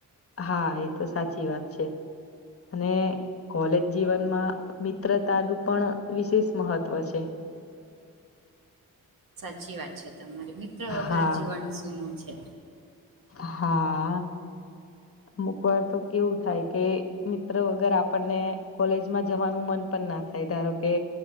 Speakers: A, on the left; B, on the right.
A: હા એ તો સાચી વાત છે. અને કોલેજ જીવનમાં મિત્રતાનું પણ વિશેષ મહત્વ છે. <inaudible>
B: સાચી વાત છે તમારી. મિત્ર વગર
A: હા
B: જીવન સુુંનું છે.
A: હા. અમુક વાર તો કેવું થાય કે મિત્ર વગર આપણને કોલેજમાં જવાનું મન પણ ના થા ય, ધારો કે